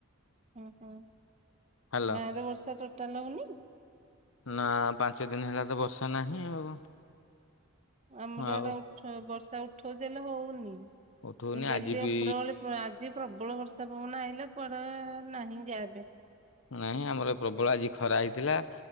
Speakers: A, on the right; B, on the left.
A: ହୁଁ ହୁଁ,
B: ହାଲୋ
A: ଗାଁରେ ବର୍ଷା ଟୋଟାଲ ହଉନି?
B: ନା ପାଞ୍ଚ ଦିନି ହେଲା ତ ବର୍ଷା ନାହିଁ ଆଉ।
A: ଆମର
B: ଆଉ
A: ଆଡେ ଉଠ ବର୍ଷା ଉଠଉଚି ହେଲେ ହଉନି।
B: ଉଠଉନି
A: ଡେଲି
B: ଆଜି ବି
A: ଉପର ବଳି। ପୁଣି ଆଜି ପ୍ରବଳ ବର୍ଷା ପବନ ଆଇଲା କୁଆଡେ ନାହିଁ ଯାହା ଏବେ।
B: ନାହିଁ ଆମର ପ୍ରବଳ ଆଜି ଖରା ହେଇଥିଲା।